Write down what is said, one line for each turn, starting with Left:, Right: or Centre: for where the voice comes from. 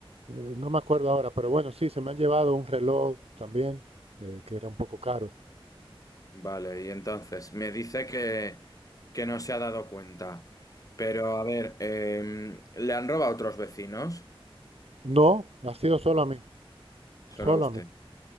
Right: eh, no me acuerdo ahora, pero bueno, sí, se me han llevado un reloj también, eh, que era un poco caro.
Left: Vale, y entonces me dice que, que no se ha dado cuenta. Pero a ver, em, ¿le han robado a otros vecinos?
Right: No, ha sido solo a mí,
Left: Solo
Right: solo
Left: a usted.
Right: a mí,